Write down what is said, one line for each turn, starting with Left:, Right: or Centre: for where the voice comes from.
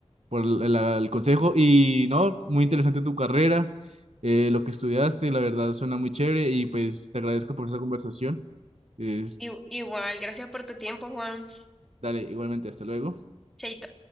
Right: por el, el- el consejo. Y no, muy interesante tu carrera, eh, lo que estudiaste, la verdad suena muy chévere y pues te agradezco por esa conversación. Es-
Centre: Y, igual, gracias por tu tiempo, Juan.
Right: dale, igualmente, hasta luego.
Centre: Chaito.